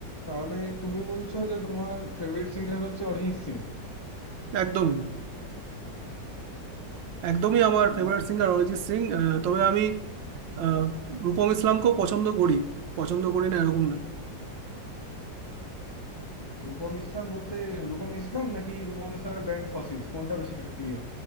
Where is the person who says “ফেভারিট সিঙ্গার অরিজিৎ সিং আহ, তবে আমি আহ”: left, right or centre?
Right